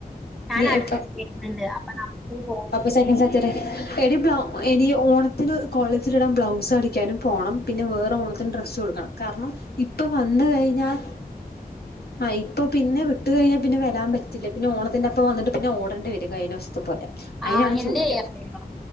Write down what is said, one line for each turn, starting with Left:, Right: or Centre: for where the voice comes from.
Centre: ഞാൻ
Left: നീ
Centre: അടുത്ത
Left: എപ്പ
Centre: വരുന്നുണ്ട് അപ്പൊ നമുക്ക് പോയി
Left: <unintelligible> സെക്കൻഡ് സറ്റർഡേ എടീ ബ്ലൗഎനി ഓണത്തിന് കോളേജിലിടാൻ ബ്ലൗസാടീ ക്കേനുംപോണം പിന്നെ വേറെ ഓണത്തിന് ഡ്രസ്സു എടുക്കണം കാരണം ഇപ്പൊ വന്ന കയിഞ്ഞാൽ ആഹ് ഇപ്പൊ പിന്നെ വിട്ട് കയിഞ്ഞാ പിന്നെ വരാൻ പറ്റ ഇല്ല പിന്നെ ഓണത്തിന്റെപ്പ വന്നിറ്റ് പിന്നെ ഓടണ്ടിവരു കയിഞ്ഞ വർഷത്തെ പോലെ അയിനാണ്
Centre: ആ എന്ത്
Left: ചോദിക്ക
Centre: ചെയ്യാൻ അറിയോ